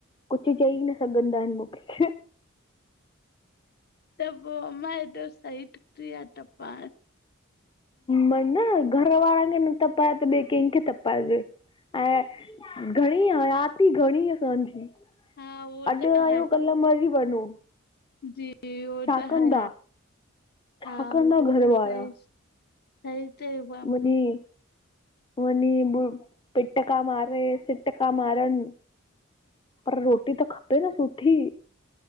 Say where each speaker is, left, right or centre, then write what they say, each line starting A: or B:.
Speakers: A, on the left (about 25°); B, on the left (about 50°).
A: कुछ चई न सघंदा आहिनि मूंखे।
B: त, पोइ मां हेॾो सही ठुकी आहिया त पा
A: मन घर वारनि खे न तपाए त ॿिए कंहिंखे तपाइजे ऐं। घणी हयाती, घणी असांजी।
B: हा उहो
A: अॼु
B: त
A: आयू,
B: है
A: कल मरी वञऊ।
B: जी उहो
A: छा
B: त
A: कंदा
B: है
A: छा,
B: हा
A: कंदा
B: उहो
A: घर
B: त
A: वारा।
B: सही सही चयव।
A: मुंहिंजी। वञी ब पिटका मारे सिटका मारनि। पर रोटी त खपे न सुठी।